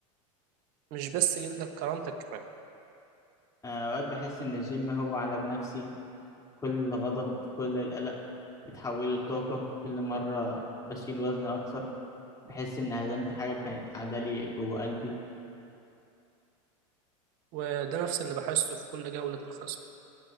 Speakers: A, on the right; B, on the left.
A: مش بس جلدك كرامتك كمان
B: آه، أوقات بحس إن الجيم هو علاج نفسي كل غضب كل القلق بتحوله لطاقة كل مرة بشيل وزن أكتر بحس إن هزمت حاجة كانت قاعدة لي جوه قلبي
A: وده نفس اللي بحسه في كل جولة الخصم